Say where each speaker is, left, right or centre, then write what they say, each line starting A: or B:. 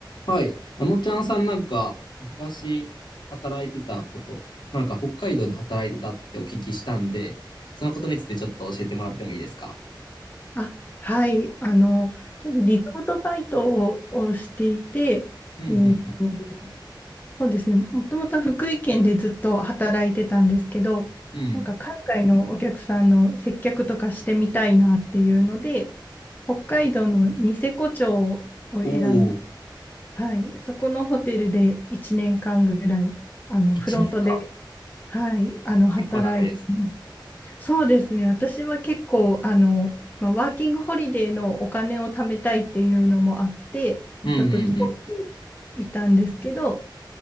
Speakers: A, on the left; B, on the left.
A: はい。あのちゃんさんなんか、昔働いてたこと、なんか北海道で働いてたってお聞きしたんで、そのことについてちょっと教えてもらってもいいですか
B: あ、はい。あの、ちょっとリゾートバイトをしていて、
A: うん、
B: えーと、
A: うん、
B: そうですね、もともとは福井県でずっと働いてたんですけど、
A: うん。うん。
B: なんか海外のお客さんの接客とかしてみたいなっていうので、北海道のニセコ町を選ん、
A: おー、
B: はい、そこのホテルで1年間ぐらい、あの、
A: 1年間。
B: フロントで、はい、あの、働いてましたそうですね。
A: 結構長いですね。
B: 私は結構、あの、まあ、ワーキングホリデーのお金を貯めたいっていうのもあって、
A: うん、
B: ちょっと長期いたんですけど、
A: うん、うん。